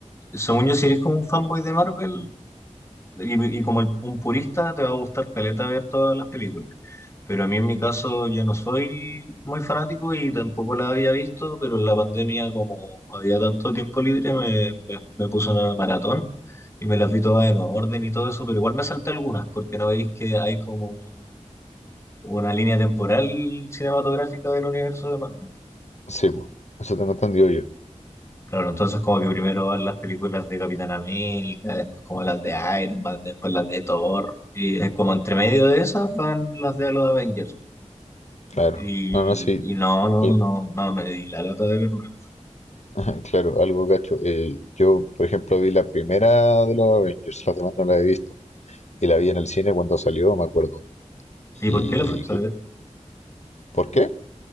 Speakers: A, on the left; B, on the left.
A: según yo, si eres como un fanboy de Marvel y, y como el- un purista, te va a gustar caleta ver todas las películas. Pero a mí en mi caso yo no soy muy fanático y tampoco la había visto, pero en la pandemia como había tanto tiempo libre me, me, me puse una maratón y me las vi todas en orden y todo eso, pero igual me salté algunas porque no veis que hay como un- una línea temporal cinematográfica del universo de Marvel.
B: Sí, po, eso tengo entendido yo,
A: Claro, entonces como que primero van las películas de Capitán América, después como las de Iron Man, después las de Thor, y es como entre medio de esas van las de los Avengers.
B: claro.
A: Y,
B: No, no, sí.
A: y no, no,
B: Al-
A: no, no me di la lata de verme.
B: <laughs> Claro, algo gacho. Eh, yo, por ejemplo, vi la primera de los Avengers, las demás no la he visto. Y la vi en el cine cuando salió, me acuerdo.
A: ¿Y
B: ¿Y
A: por qué la fuiste
B: cl-
A: a ver?
B: por qué?